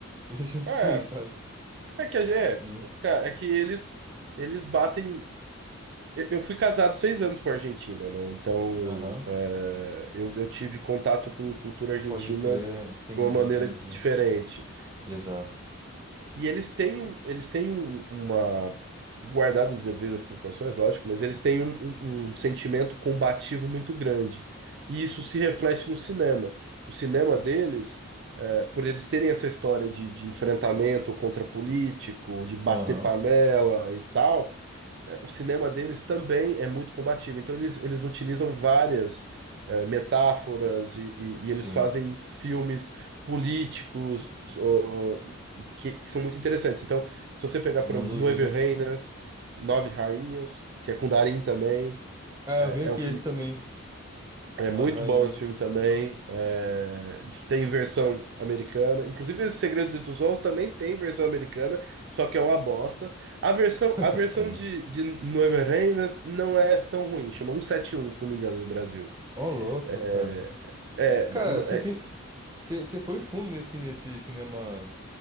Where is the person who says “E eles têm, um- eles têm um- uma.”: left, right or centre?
Right